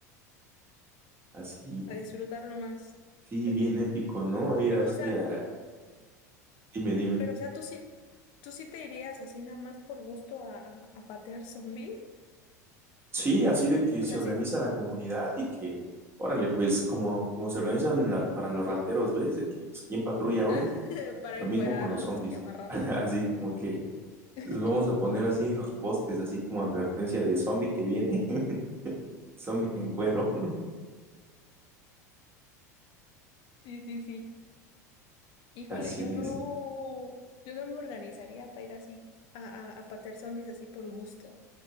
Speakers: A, on the right; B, on the left.
A: así,
B: para disfrutarlo más.
A: sí,
B: <laughs>
A: bien épico, ¿no? Ir
B: Pero,
A: así
B: o sea,
A: a Dime, dime.
B: pero, o sea, tú sí, tú sí te irías así nada más por gusto a, a, a patear zombies.
A: Sí, así de que
B: O
A: se
B: sea,
A: organiza
B: sí.
A: la comunidad y que, órale, pues como, como se organizan la- para los rateros, ¿ves? De que pues, quién patrulla hoy,
B: <laughs> para
A: lo
B: encuerarlos
A: mismo con los zombies.
B: y amarrarlos.
A: <laughs> Así como que
B: <laughs>
A: los vamos a poner así en los postes, así como advertencia de zombie que viene, <laughs> zombie que en cuero. <laughs>
B: Sí, sí, sí. Híjole,
A: Así
B: yo no,
A: es.
B: yo no me organizaría para ir así a, a, a patear zombies así por gusto.